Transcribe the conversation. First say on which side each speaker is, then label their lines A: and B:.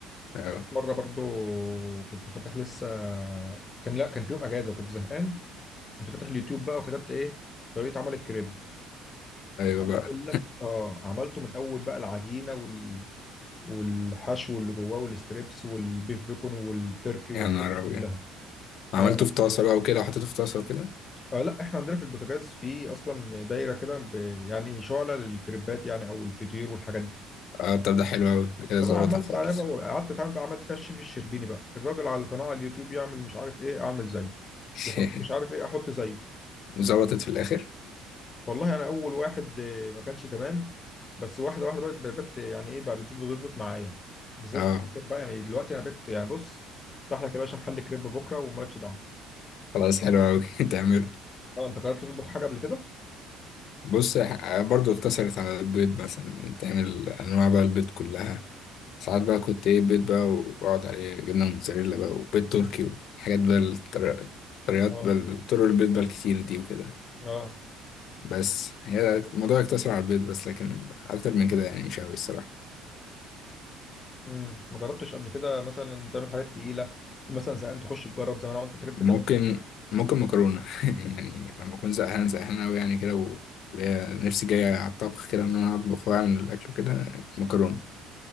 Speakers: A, on the left; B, on the left.
A: اه
B: مره برضو كنت فاتح لسه كان لا كان في يوم اجازه وكنت زهقان كنت فاتح اليوتيوب بقى وكتبت ايه طريقه عمل الكريب
A: ايوه
B: عايز
A: بقى
B: اقول لك اه عملته من اول بقى العجينه وال... والحشو اللي جواه والستريبس والبيف بيكون والتركي والحاجات
A: يا نهار
B: دي
A: ابيض
B: كلها
A: عملته
B: اه
A: في طاسه بقى وكده وحطيته في طاسه وكده
B: آه، لا احنا عندنا في البوتاجاز في اصلا دايره كده ب... يعني شعله للكريبات يعني او الفطير والحاجات دي
A: اه طب ده حلو أوي ده كده
B: فانا
A: ظبطها
B: عملت
A: خالص
B: عليها بقى قعدت اتعامل بقى عملت فيها الشيف الشربيني بقى الراجل على القناه على اليوتيوب يعمل مش عارف ايه اعمل زيه
A: <laughs>
B: يحط مش عارف ايه احط زيه
A: وظبطت في الآخر
B: والله انا اول واحد آه، ما كانش تمام بس واحده واحده بقت بقت يعني ايه بقى بتظبط بيظبط معايا بالذات
A: اه
B: في الأكل بقى يعني دلوقتي انا بقيت يعني بص افتح لك يا باشا محل كريب بكره ومالكش دعوه
A: خلاص حلو أوي <laughs> تعمله
B: اه انت جربت تطبخ حاجه قبل كده؟
A: بص ح- برضو اقتصرت على البيض مثلا تعمل أنواع بقى البيض كلها ساعات بقى كنت إيه بيض بقى وأقعد عليه جبنة موتزاريلا بقى وبيض تركي وحاجات بقى
B: مم.
A: الطر- طريقات
B: اه
A: بقى طرق البيض بقى الكتير دي وكده
B: اه
A: بس هي الموضوع يقتصر على البيض بس لكن أكتر من كده يعني مش أوي الصراحة
B: امم ما جربتش قبل كده مثلا تعمل حاجات تقيله تكون مثلا زهقان تخش تجرب زي ما انا عملت كريب
A: ممكن
B: كده
A: ممكن مكرونة <laughs> يعني لما أكون زهقان زهقان أوي يعني كده و- اللي هي نفسي جاية على الطبخ كده إن أنا أطبخ وأعمل الأكل كده مكرونة